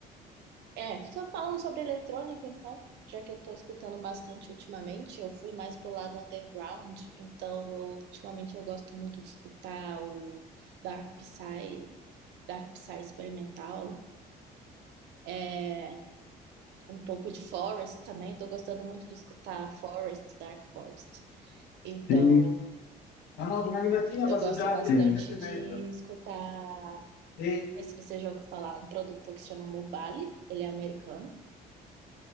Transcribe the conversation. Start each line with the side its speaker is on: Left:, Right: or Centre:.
Right: É, só falando sobre eletrônica, então, já que eu tô escutando bastante ultimamente, eu fui mais pro lado underground, então eu, ultimamente eu gosto muito de escutar o Dark Psy, Dark Psy experimental, é, um pouco de Forest também, tô gostando muito de escutar Forest, Dark Forest. Então,
Left: Sim, Arnoldo, Magnatina
Right: eu
Left: Basacagliari
Right: gosto bastante
Left: e sim. Sette
Right: de
Left: Merda.
Right: escutar
Left: E
Right: sei se você já ouviu falar, um produtor que se chama Mubali, ele é americano.